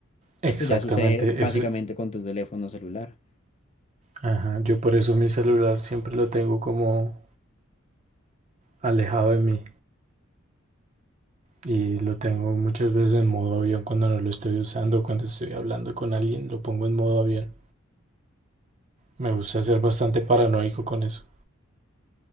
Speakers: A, on the right; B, on the left.
A: Exactamente,
B: Esto ya sucede básicamente
A: ese,
B: con tu teléfono celular.
A: ajá, yo por eso mi celular siempre lo tengo como alejado de mí y lo tengo muchas veces en modo avión cuando no lo estoy usando, cuando estoy hablando con alguien, lo pongo en modo avión. Me gusta ser bastante paranoico con eso,